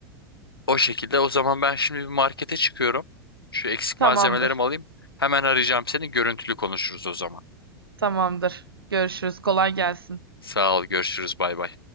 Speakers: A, on the left; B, on the right.
A: O şekilde o zaman ben şimdi bir markete çıkıyorum. Şu eksik
B: Tamamdır.
A: malzemelerimi alayım. Hemen arayacağım seni. Görüntülü konuşuruz o zaman.
B: Tamamdır. Görüşürüz. Kolay gelsin.
A: Sağ ol, görüşürüz, bay bay.